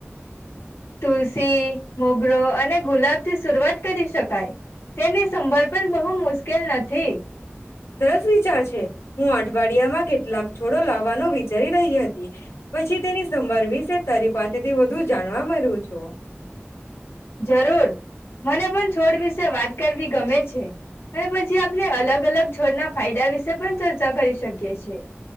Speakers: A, on the left; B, on the left.
A: તુલસી, મોગરો, અને ગુલાબ, થી શરૂઆત કરી શકાય તેની સંભાળ પણ બહુ મુશ્કેલ નથી.
B: સરસ વિચાર છે હું અઠવાડિયામાં કેટલાક છોડો લાવવાનો વિચારી રહી હતી પછી તેની સંભાળ વિશે તારી પાસેથી વધુ જાણવા મળ્યું છે. છો.
A: જરૂર મને પણ છોડ વિશે વાત કરવી ગમે છે. અને પછી આપણે અલંગ અલંગ છોડના ફાયદા વિશે પણ ચર્ચા કરી શકીએ છીએ.